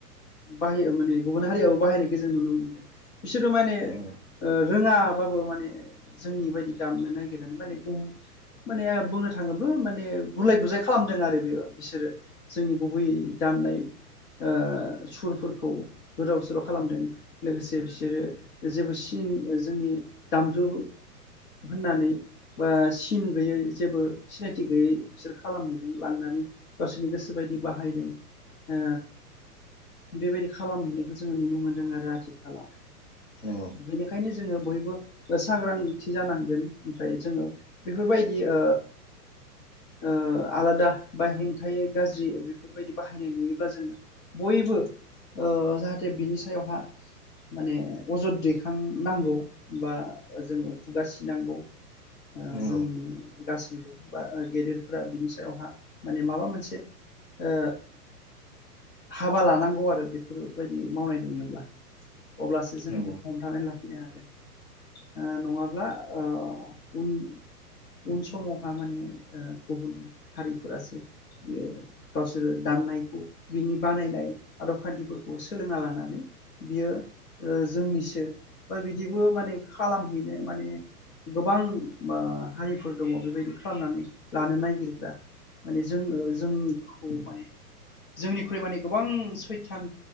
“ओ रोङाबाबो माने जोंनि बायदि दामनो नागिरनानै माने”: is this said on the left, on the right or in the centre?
Left